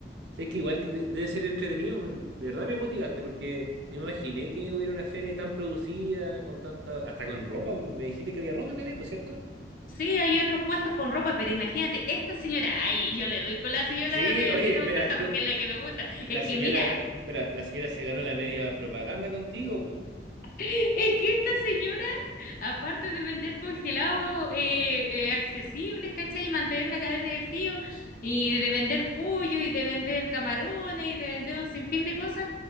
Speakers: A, on the right; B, on the left.
A: Sé que igual que de- debe ser entretenido. me- me- De verdad me motivaste porque no me imaginé que hubiera una feria tan producida, con tanta, hasta con ropa. Me dijiste que había ropa también, ¿por cierto?
B: sí, hay otros puestos con ropa, pero imagínate, esta señora, ay, yo le doy con la señora
A: Sí,
B: de,
A: oye,
B: de la
A: espera,
B: oferta
A: tú-
B: porque es la que me gusta.
A: la
B: Es
A: señora,
B: que mira,
A: espera, la señora se ganó la media propaganda contigo, pues.
B: <laughs> es que esta señora Aparte de vender congelados eh, eh, accesibles, ¿cachai? Y mantener la cadena de frío, y de vender pollo, y de vender camarones, y de vender un sinfín de cosas,